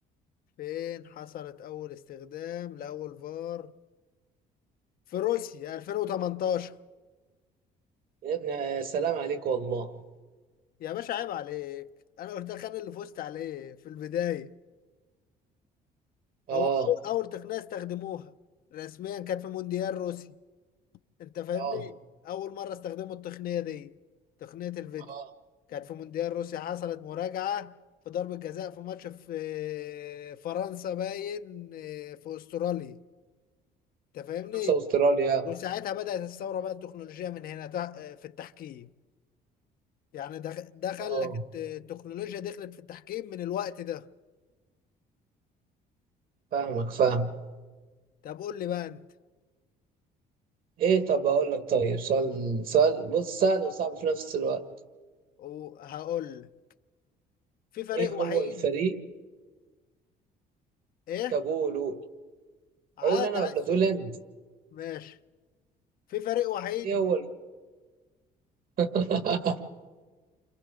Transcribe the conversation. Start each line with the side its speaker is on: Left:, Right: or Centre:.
Left: فين حصلت اول استخدام لاول فار في روسيا 2018
Right: يا ابني يا سلام عليك والله
Left: يا باشا عيب عليك انا قلت لك انا اللي فزت عليه في البدايه
Right: اه
Left: هو اول أول تقنيه استخدموها رسميا كانت في مونديال روسي انت فاهمني
Right: اه
Left: اول مره استخدموا التقنيه دي تقنيه الفيديو
Right: اه
Left: كانت في مونديال روسيا حصلت مراجعه في ضربه جزاء في ماتش في فرنسا باين في استراليا انت فاهمني
Right: فرنسا واستراليا
Left: وساعتها بدات الثوره بقى التكنولوجيا من هنا تع- في التحكيم يعني ده ده خلك
Right: اه
Left: الت- التكنولوجيا دخلت في التحكيم من الوقت ده
Right: فاهمك فاهم
Left: طب قول لي بقى انت
Right: ايه طب اقول لك طيب سؤال سؤال بص سهل وصعب في نفس الوقت
Left: وهقول لك. في فريق
Right: ايه
Left: وحيد
Right: هو الفريق
Left: ايه
Right: طب قول قول
Left: عادي
Right: اقول انا
Left: عايز
Right: ولا
Left: سؤال
Right: تقول انت
Left: ماشي في فريق وحيد
Right: ايه هو الف... <laughs>